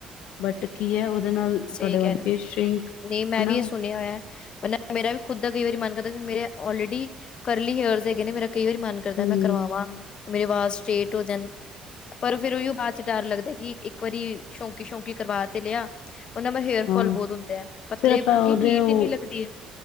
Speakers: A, on the left; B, on the left.
A: ਬਟ ਕੀ ਹੈ ਨਾਲ
B: ਸਹੀ
A: ਤੁਹਾਡੇ
B: ਕਹਿ
A: ਵੱਲ
B: ਰਹੇ
A: ਫੇਸ ਸ਼ਿੰਕ
B: ਨਹੀਂ ਮੈਂ
A: ਹਨਾ
B: ਵੀ ਇਹ ਸੁਣਿਆ ਹੋਇਆ ਮੇਰਾ ਵੀ ਖੁਦ ਦਾ ਕਈ ਵਾਰੀ ਮਨ ਕਰਦਾ ਮੇਰੇ ਊਲਰੇਡੀ ਕਰਲੀ ਹੇਅਰਸ ਹੈਗੇ ਨੇ ਮੇਰਾ ਕਈ ਵਾਰੀ ਮਨ ਕਰਦਾ
A: ਹੂੰ
B: ਮੈਂ ਕਰਵਾਵਾਂ ਮੇਰੀ ਵਾਲ ਸਟੇਟ ਹੋ ਜਾਣ ਪਰ ਫੇਰ ਓਹੀਓ ਬਾਅਦ ਚ ਡਰ ਲੱਗਦਾ ਕਿ ਇੱਕ ਵਾਰੀ ਸ਼ੌਂਕੀ ਸ਼ੌਂਕੀ ਕਰਵਾ ਤੇ ਲਿਆ ਉਹਨਾਂ <unintelligible> ਹੇਅਰਫੋਾਲ
A: ਹਾਂ
B: ਬਹੁਤ ਹੁੰਦੇ ਹੈ ਪਤਲੇ
A: ਫਿਰ ਆਪਾਂ
B: ਕਿਉਕਿ
A: ਉਹਦੇ
B: ਹੀਟ
A: ਉਹ
B: ਹੀ ਐਨੀ ਲੱਗਦੀ ਹੈ